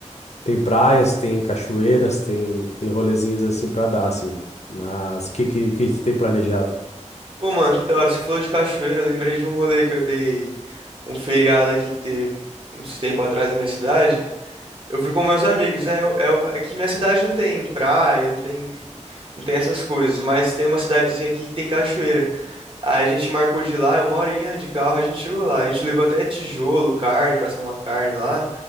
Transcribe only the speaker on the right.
Pô, mano, que da hora. Você falou de cachoeira, eu lembrei de um rolê que eu dei um feriado aqui que teve uns tempo atrás na minha cidade. Eu fui com meus amigos, né? Eu- É, o- é que minha cidade não tem praia, não tem, não tem essas coisas, mas tem uma cidadezinha aqui que tem cachoeira. Aí a gente marcou de ir lá, uma horinha de carro, a gente chegou lá. A gente levou até tijolo, carne, pra assar uma carne lá.